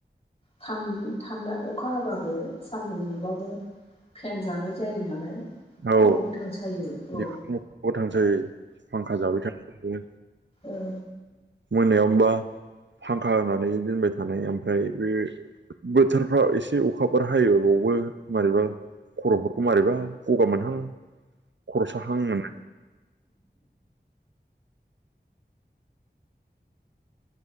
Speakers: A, on the left (about 35°); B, on the right (about 85°).
A: थान्दा अखा होबाबो सान्दुं दुंबाबो फेन जानाय जायो नालाय
B: औ
A: खर' गोथां सायो
B: बेखौनो
A: औ
B: गथांसै फांखा जाबाय थायो
A: उ
B: मोनायाव हबा फांखा होनानै दोनबाय थानाय ओमफ्राय बे बोथोरफ्राव एसे अखा ब हायो बेावबो मोरबा खर'फोरखौ मारोरैबा गगा मोनहां खर' साहां मोन